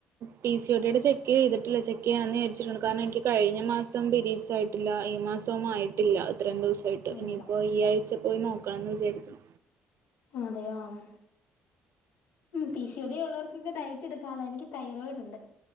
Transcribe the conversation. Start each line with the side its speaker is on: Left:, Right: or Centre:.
Right: പി സി ഓ ഡി യുടെ ചെക്ക് ചെയ്തിട്ട്ല്ല ചെക്ക് ചെയ്യണന്ന് വിചാരിച്ചിട്ടുണ്ട് കാരണം എനിക്ക് കഴിഞ്ഞ മാസം പീരീഡ്സ് ആയിട്ടില്ല ഈ മാസവും ആയിട്ടില്ല ഇത്രയും ദിവസമായിട്ട്
Left: അയ്യോടാ
Right: ഇനിയിപ്പോ ഈ ആഴ്ച പോയി നോക്കണംന്ന് വിചാരിക്ക്ണ്
Left: അതെയോ ആ പി സി ഓ ഡി യു ള്ളവർക്കൊക്കെ ഡയറ്റ് എടുക്കണല്ലേഎനിക്ക് തൈറോയിഡ് ഉണ്ട്